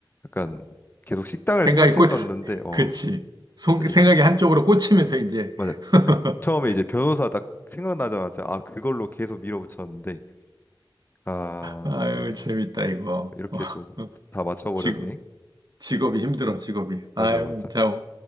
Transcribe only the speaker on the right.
생각이
꽂,
그치. 속-
생각이 한쪽으로 꽂히면서 이제,
<laughs>
아유,
재밌다, 이거.
<laughs>
지금, 직업이 힘들어, 직업이. 아유,
참.